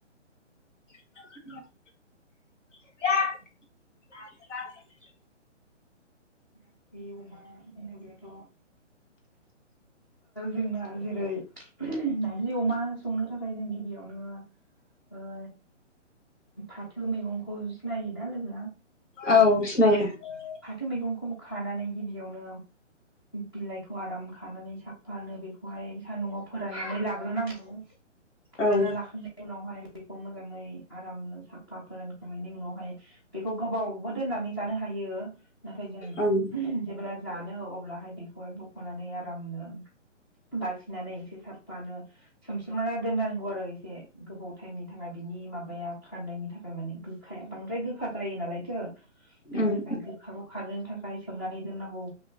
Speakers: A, on the left; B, on the left.
A: <inaudible> <unintelligible>
B: नारजि अमा होनोब्लाथ' ओ जोंना जेरै नारजि अमा संनो थाखाय जों गिबियावनो ओ फाथो मैगंखौ सिनायो दा लोगोआ?
A: औ सिनायो ।
B: फाथो मैगंखौ खानानै गिबियावनो बिलाइखौ आराम खानानै साफानो बेखौहाय सान्दुंआव फोराननानै लाग्रोनांगौ फोराना
A: औ
B: लाखांनायनि उनावहाय बेखौ मोजाङै आरामनो साबफा फोरानखांनायनि उनावहाय बेखौ गोबाव बो दोननानै जानो हायो नाथाय जों
A: औ
B: जेब्ला जानो अब ब्लाहाय बेखौहाय बख'नानै आरामनो बासिनानै एसे साफानो सोमस्रोमना दोननांगौ आरो से गोबाव टाइमनि थाखाय बिनि माबाया खारनायनि थाखाय माने गोखाया बांद्राय गोखा जायो नालायथो बेनि
A: उम
B: थाखाय गोखाखौ खारहोनो थाखाय सोमनानै दोननांगौ